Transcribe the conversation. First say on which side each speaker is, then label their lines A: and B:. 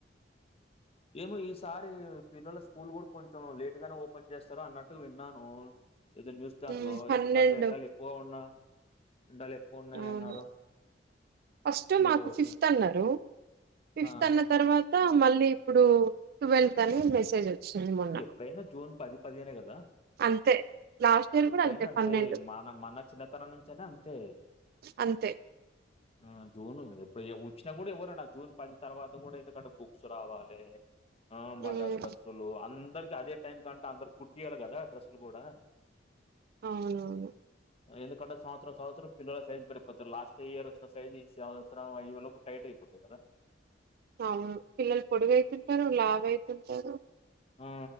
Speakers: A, on the left (about 35°); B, on the right (about 55°).
A: ఏమో ఈసారి పిల్లల స్కూల్ కూడా కొంచెం లేటుగానే ఓపెన్ చేస్తారు అన్నట్టు విన్నాను. ఏదో న్యూస్థాన్
B: ఉమ్,
A: లో
B: పన్నెండు
A: ఎందుకంటే ఎండలు ఎక్కువ ఉన్నా ఎండలు పొన్నయ్
B: అవును
A: అన్నారు
B: ఫస్ట్
A: పిల్లలు
B: మాకు ఫిఫ్త్
A: చ
B: అన్నారు ఫిఫ్త్
A: ఆ!
B: అన్న తర్వా మళ్ళీ ఇప్పుడు ట్వెల్త్ అని మెసేజ్ వచ్చింది మొన్న
A: ఎప్పుడైనా జూన్ పది పదిహేనే కదా
B: అంతే లాస్ట్ ఇయర్
A: ఎప్పుడైనా
B: కూడా
A: అంతే
B: పన్నెండు
A: మన మన చిన్నతనం నుంచయినా అంతే
B: అంతే
A: ఆ జూన్ ఎప్పుడు వచ్చినా కూడా ఎవ్వరండి ఆ జూన్ పది తర్వాత కూడా ఎందుకంటే బుక్స్ రావాలి ఆ మల్ల
B: ఉమ్
A: డ్రస్సులు అందరికి అదే టైం కంటే అందరు కుట్టియాలి కదా డ్రస్సులు కూడా
B: అవునవును
A: ఎందుకంటే సంవత్సరం సంవత్సరం పిల్ల సైజ్ పడిపోతురు లాస్ట్ ఇయర్ వచ్చిన సైజ్ ఈ సంవత్సరం ఈ వరకు టైట్ అయింది పోతే కదా
B: అవును పిల్లలు పొడుగు అయితుంటారు లావ అయితుంటారు
A: ఆ